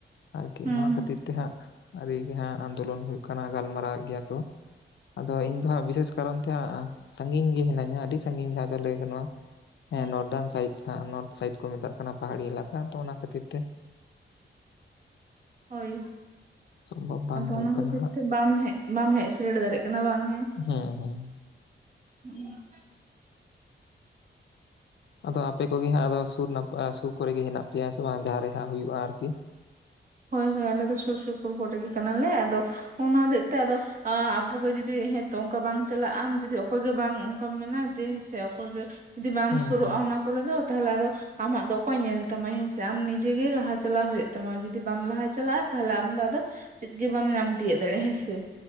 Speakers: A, on the left; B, on the right.
A: ᱟᱨᱠᱤ
B: ᱦᱩᱸ
A: ᱱᱚᱣᱟ
B: ᱦᱩᱸ
A: ᱠᱷᱟᱹᱛᱤᱨ ᱛᱮ ᱦᱟᱸᱜ ᱟᱹᱰᱤ ᱜᱮ ᱦᱟᱸᱜ ᱟᱱᱫᱳᱞᱚᱱ ᱦᱩᱭᱩᱜ ᱠᱟᱱᱟ ᱜᱟᱞᱢᱟᱨᱟᱣᱼᱮᱫ ᱜᱮᱭᱟ ᱠᱚ᱾ ᱟᱫᱚ ᱤᱧ ᱫᱚ ᱦᱟᱸᱜ ᱵᱤᱥᱮᱥ ᱠᱟᱨᱚᱱ ᱛᱮ ᱦᱟᱸᱜ ᱥᱟᱺᱜᱤᱧ ᱜᱤ ᱦᱤᱱᱟᱹᱧᱟ ᱟᱹᱰᱤ ᱥᱟᱺᱜᱤᱧ ᱡᱟᱦᱟᱸ ᱫᱚ ᱞᱟᱹᱭ ᱜᱟᱱᱚᱜᱼᱟ, ᱦᱮᱸ
B: ᱦᱩᱸ
A: ᱱᱚᱨᱫᱟᱱ ᱥᱟᱭᱤᱰ ᱱᱚᱨᱛᱷ ᱥᱟᱭᱤᱰ ᱠᱩ ᱢᱮᱛᱟᱜ ᱠᱟᱱᱟ ᱯᱟᱦᱟᱲᱤ ᱮᱞᱟᱠᱟ ᱛᱚ ᱚᱱᱟ ᱠᱷᱟᱹᱛᱤᱨ ᱛᱮ
B: ᱦᱳᱭ
A: ᱥᱚᱢᱵᱷᱚᱵ ᱵᱟᱝ
B: ᱟᱫᱚ
A: ᱦᱩᱭᱩᱜ
B: ᱚᱱᱟ
A: ᱠᱟᱱᱟ
B: ᱠᱷᱟᱹᱛᱤᱨ
A: ᱦᱟᱸᱜ
B: ᱛᱮ ᱵᱟᱢ ᱵᱟᱢ ᱦᱮᱡ ᱥᱮᱰᱮᱨ ᱫᱟᱲᱮᱭᱟᱜ ᱠᱟᱱᱟ ᱵᱟᱝ ᱦᱮᱸ?
A: ᱦᱩᱸ ᱦᱩᱸ᱾
B: ᱦᱮᱸ᱾
A: ᱟᱫᱚ ᱟᱯᱮ ᱠᱚᱜᱮ ᱦᱟᱸᱜ ᱟᱫᱚ ᱥᱩᱨ, ᱥᱩᱨ ᱠᱚᱨᱮᱜ ᱜᱮ ᱦᱮᱸᱱᱟᱜ ᱯᱮᱭᱟ ᱥᱮ ᱵᱟᱝ ᱡᱟᱦᱟᱸ ᱨᱮ ᱦᱟᱸᱜ ᱦᱩᱭᱩᱜᱼᱟ ᱟᱨᱠᱤ᱾
B: ᱦᱳᱭ, ᱦᱳᱭ ᱟᱞᱮ ᱫᱚ ᱥᱩᱨ ᱥᱩᱯᱩᱨ ᱠᱚᱨᱮ ᱜᱮ ᱠᱟᱱᱟᱞᱮ ᱟᱫᱚ ᱚᱱᱟ ᱦᱚᱛᱮᱜ ᱛᱮ ᱟᱫᱚ ᱟᱸ ᱟᱵᱩᱜᱮ ᱡᱩᱫᱤ ᱦᱮᱸᱛᱚ ᱚᱱᱠᱟ ᱵᱟᱝ ᱪᱟᱞᱟᱜ ᱟᱢ ᱡᱩᱫᱤ ᱚᱠᱚᱭ ᱜᱮ ᱵᱟᱝ ᱚᱱᱠᱟᱢ ᱢᱮᱱᱟ ᱡᱮᱸ ᱥᱮ ᱚᱠᱚᱭ ᱜᱮ ᱡᱩᱫᱤ ᱵᱟᱢ
A: ᱦᱩᱸ
B: ᱥᱩᱨᱩᱜᱼᱟ
A: ᱦᱩᱸ
B: ᱚᱱᱟ ᱠᱚᱨᱮ ᱫᱚ, ᱛᱟᱦᱞᱮ ᱟᱫᱚ ᱟᱢᱟᱜ ᱫᱚ ᱚᱠᱚᱭ ᱧᱮᱞ ᱛᱟᱢᱟ ᱦᱮᱸᱥᱮ ᱟᱢ ᱱᱤᱡᱮ ᱜᱮ ᱞᱟᱦᱟ ᱪᱟᱞᱟᱣ ᱦᱩᱭᱩᱜ ᱛᱟᱢᱟ, ᱡᱩ ᱫᱤ ᱵᱟᱢ ᱞᱟᱦᱟ ᱪᱟᱞᱟᱜᱼᱟ ᱛᱟᱦᱚᱞᱮ ᱟᱢ ᱫᱚ ᱟᱫᱚ ᱪᱮᱫ ᱜᱮ ᱵᱟᱢ ᱧᱟᱢ ᱛᱤᱭᱟᱹᱜ ᱫᱟᱲᱮᱭᱟᱜᱼᱟ ᱦᱮᱸᱥᱮ᱾